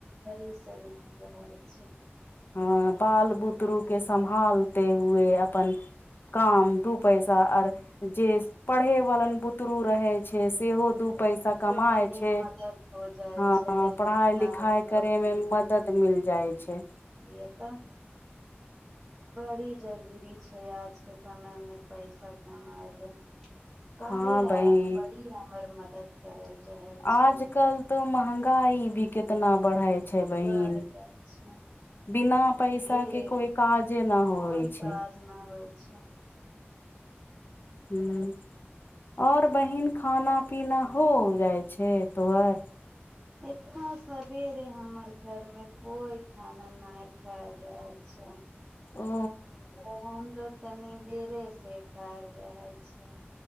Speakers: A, on the right; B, on the left.
A: हरही सुरही <unintelligible> छै
B: हँ बाल बुतरु के सम्भालते हुए अपन काम दू पैसा और जे पढ़े वालन बुतरु रहै छै सेहो दू
A: हमरो
B: पैसा कमााय
A: तनी
B: छै
A: मदद हो जाइ
B: हँ
A: छै तनी
B: पढ़ाई
A: किताब
B: लिखाई
A: कॉपी
B: करे मे मदद मिल जाइ छै
A: ई एतअ बड़ी जरूरी छै आजके समयमे पैसा कमाइ ले कार्या
B: हँ बहिन
A: ऐप बड़ी हमर मदद करल रहल
B: आजकल
A: छै
B: तऽ महगा गाई भी केतना बरहै छै बहिन
A: बढ़ गेल छै
B: बिना पैसा
A: फेर
B: के कोइ काजे ना होइ
A: कोइ
B: छै
A: काज <unintelligible>
B: हूँ आओर बहिन खाना पीना हो जाइ छै तोहर
A: एतना सवेरे हमर घर मे कोई खाना नइ खायल जाय छै
B: ओ
A: तऽ हम लोग तनी देरे से खायल रहल छै